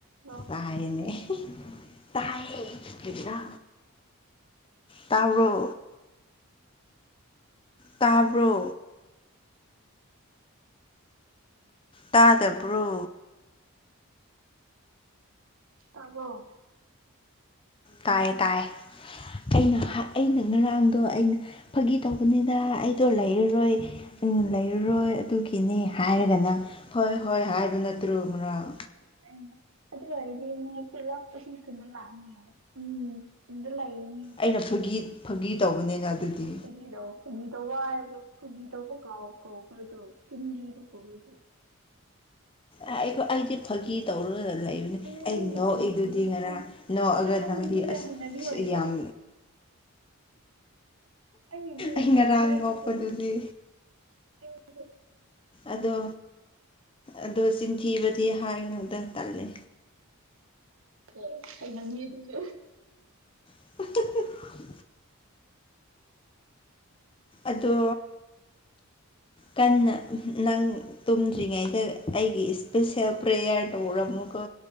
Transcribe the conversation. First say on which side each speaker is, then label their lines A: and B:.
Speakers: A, on the right; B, on the left.
A: Hello
B: ꯇꯥꯏꯅꯦ ꯍꯦꯍꯦ ꯇꯥꯢꯌꯦ ꯀꯔꯤꯒꯤꯔ ꯇꯥꯕꯔꯣ ꯇꯕꯔꯣ꯫ ꯇꯥꯗꯕ꯭ꯔꯣ
A: ꯇꯕꯔꯣ꯫
B: ꯇꯥꯏꯌꯦ ꯇꯥꯏꯌꯦ
A: ꯎꯝ
B: ꯀꯩꯅꯣ ꯍꯥ ꯑꯩꯅ ꯉꯔꯥꯡꯗꯣ ꯑꯩꯅ ꯐꯥꯒꯤ ꯇꯧꯕꯅꯤꯅ ꯑꯩꯗꯣ ꯂꯩꯔꯔꯣꯏ ꯎꯝ ꯂꯩꯔꯔꯣꯏ ꯑꯗꯨꯒꯤꯅꯦ ꯍꯥꯏꯔꯒꯅ ꯍꯣꯏ ꯍꯣꯏ ꯍꯥꯏꯕ ꯅꯠꯇ꯭ꯔꯣ ꯉꯥꯔꯥꯡ
A: <inaudible> ꯑꯗꯨ ꯑꯣꯢꯔꯗꯤ ꯃꯤ ꯄꯨꯂꯞ ꯑꯁꯤ ꯈꯨꯟꯗ ꯂꯥꯛꯑꯅꯤ ꯍꯥꯢ ꯎꯝ ꯈꯨꯟꯗ ꯂꯩꯅꯤ
B: ꯑꯩꯅ ꯐꯥꯒꯤ ꯐꯥꯒꯤ ꯇꯧꯕꯅꯤꯅ ꯑꯗꯨꯗꯤ
A: <unintelligible> ꯐꯥꯒꯤꯗꯧꯕ ꯍꯥꯏꯕꯔꯣ ꯐꯥꯒꯤꯗꯧꯕ ꯀꯥꯎ ꯀꯥꯎꯕꯔꯥ ꯗꯣ ꯆꯤꯟꯊꯤꯕ ꯀꯧꯢꯗꯣ
B: ꯑ ꯑꯣ ꯑꯩꯗꯤ ꯐꯥꯒꯤ ꯇꯧꯔꯒ ꯂꯩꯕꯅꯦ
A: ꯑꯗꯨ
B: ꯑꯩ
A: ꯅꯪꯒꯤ
B: ꯅꯣꯛꯏꯗꯨꯗꯤ
A: ꯐꯥꯒꯤꯁꯤꯗꯤ
B: ꯉꯔꯥꯡ ꯅꯣꯛꯑꯒ
A: ꯅꯪꯒꯤꯁꯤꯗꯤ
B: ꯅꯪꯗꯤ ꯑꯁ
A: ꯍꯩꯅꯕꯤ ꯑꯣꯏꯔꯛꯑꯣ
B: ꯌꯥꯝ
A: <inaudible> ꯐꯝ
B: ꯑꯩ ꯉꯔꯥꯡ ꯅꯣꯛꯄꯗꯨꯗꯤ ꯑꯗꯣ ꯑꯗꯣ ꯆꯤꯟ ꯊꯤꯕꯗꯤ ꯍꯥꯏꯅꯣꯗ ꯇꯜꯂꯦ
A: ꯎ ꯑꯩ ꯉꯪꯅꯤ ꯑꯗꯨꯁꯨ
B: <inaudible> ꯑꯗꯣ ꯀꯟꯅ ꯅꯪ ꯇꯨꯝꯗ꯭ꯔꯤꯉꯩꯗ ꯑꯩꯒꯤ ꯏꯁꯄꯤꯁꯦꯜ ꯄ꯭ꯔꯦꯌꯥꯔ ꯇꯧꯔꯝꯃꯨꯀꯣ